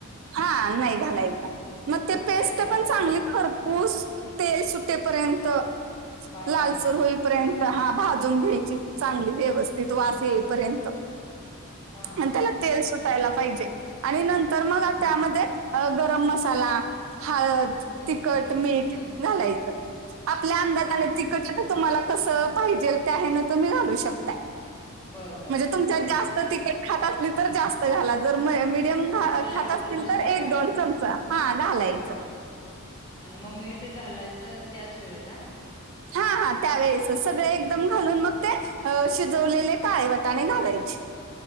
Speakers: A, on the right; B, on the left.
A: हा नाही घालायचा मग ते पेस्ट
B: नाही घालायचं
A: पण चांगली
B: वर
A: खरपूस. तेल सुटेपर्यंत
B: भाजून
A: लालचर
B: घ्यायचे
A: होईपर्यंत. हा भाजून घ्यायची चांगली व्यवस्थित वास येईपर्यंत.
B: हा हा
A: आणि
B: हा
A: त्याला तेल सुटायला पाहिजे आणि नंतर मग
B: हम्म
A: त्यामध्ये अ गरम मसाला हळद.
B: हम्म
A: तिखट मीठ
B: हम्म
A: घालायचं आपल्या अंदाजाने
B: हा हा
A: तिखट. तुम्हाला कसं पाहिजेल ते आहे ना तुम्ही घालू शकताय.
B: बरोबर
A: म्हणजे
B: आहे
A: तुमच्यात
B: हा
A: जास्त
B: हा
A: तिखट खात असली तर जास्त घाला जर मिठ
B: आपल्या
A: खात
B: आवडीनुसार
A: असतील तर
B: घालायचं
A: एक दोन चमच हा घालायच.
B: हा हा आणि मग मीठ घालायचं त्याच वेळी ना?
A: हा हा त्यावेेळेस सगळे एकदम घालून मग ते. अ शिजवलेले काले वटाने घालायचे.